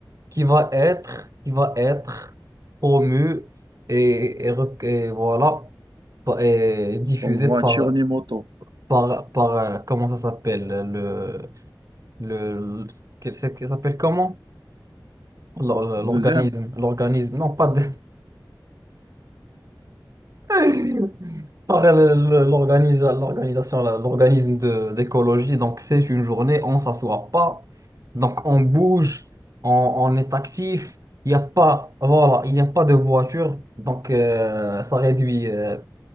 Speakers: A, on the right; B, on the right.
A: qui va être, qui va être promue et, et rec- et voilà, pa- et diffusée
B: Sans voiture
A: par,
B: ni moto.
A: par, par, euh, comment ça s'appelle, le, le, le- que- c'est- que ça s'appelle comment? L'or-
B: Deuxième,
A: L'organisme, l'organisme, non, pas de... <laughs> par le- l'organisa- l'organisation, la- l'organisme de- d'écologie. Donc, c'est une journée, on ne s'assoit pas. Donc, on bouge, on, on est actif. Il n'y a pas, voilà, il n'y a pas de voiture. Donc, euh, ça réduit, euh,